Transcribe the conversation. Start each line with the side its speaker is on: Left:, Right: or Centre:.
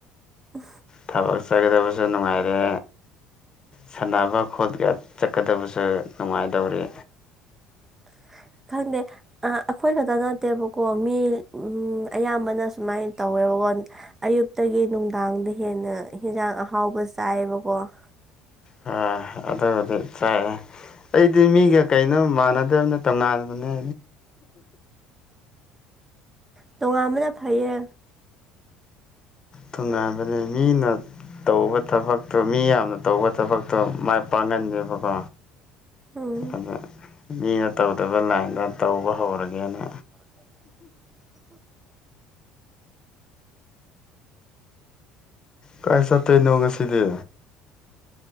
Right: ꯎ
Left: ꯊꯕꯛ ꯆꯠꯒꯗꯕꯁꯨ ꯅꯨꯡꯉꯥꯏꯔꯦ ꯁꯥꯟꯅꯕ ꯈꯣꯠꯀ ꯆꯠꯀꯗꯕꯁꯨ ꯅꯨꯡꯉꯥꯏꯗꯧꯔꯤ
Right: <unintelligible> ꯈꯪꯗꯦ ꯑꯩꯈꯣꯏ ꯈꯛꯇ ꯅꯠꯇꯦꯕꯀꯣ ꯃꯤ ꯎ ꯑꯌꯥꯝꯕꯅ ꯁꯨꯃꯥꯏꯅ ꯇꯧꯋꯦꯕ ꯑꯌꯨꯛꯇꯒꯤ ꯅꯨꯡꯗꯥꯡꯗ ꯍꯦꯟꯅ ꯍꯟꯖꯥꯡ ꯑꯍꯥꯎꯕ ꯆꯥꯏꯑꯕꯀꯣ <unintelligible>
Left: ꯑ ꯑꯗꯨꯕꯨꯗꯤ ꯆꯥꯏ ꯑꯩꯗꯤ ꯃꯤꯒ ꯀꯩꯅꯣꯝ ꯃꯥꯟꯅꯗꯕꯅ ꯇꯣꯉꯥꯟꯕꯅꯦ
Right: ꯇꯣꯉ ꯑꯃꯅ ꯐꯩꯌꯦ
Left: ꯇꯣꯉꯥꯏꯥꯟꯕꯅꯤ ꯃꯤꯅ ꯇꯧꯕ ꯊꯕꯛꯇꯣ ꯃꯤ ꯌꯥꯝꯅ ꯇꯧꯕ ꯊꯕꯛꯇꯣ ꯃꯥꯏ ꯄꯥꯡꯍꯟꯅꯦꯦꯕꯀꯣ
Right: ꯎꯝ
Left: ꯑ ꯃꯤꯅ ꯇꯧꯗꯕ ꯂꯥꯏꯟꯗ ꯇꯧꯕ ꯍꯧꯔꯒꯦꯅ
Right: <unintelligible>
Left: ꯀꯥꯏ ꯆꯠꯇꯣꯏꯅꯣ ꯉꯁꯤꯗꯤ